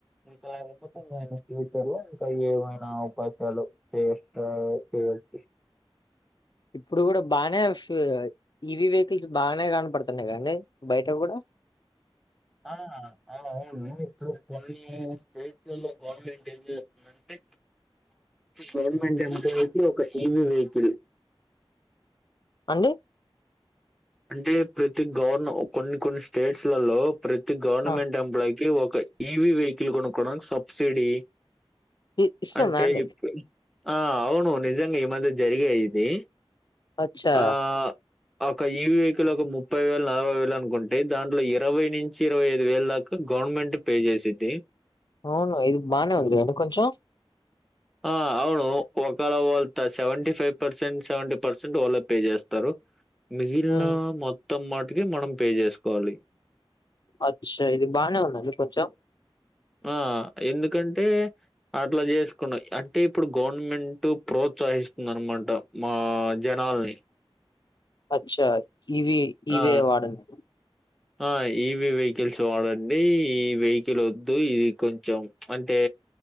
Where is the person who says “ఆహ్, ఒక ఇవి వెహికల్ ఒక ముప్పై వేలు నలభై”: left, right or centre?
Centre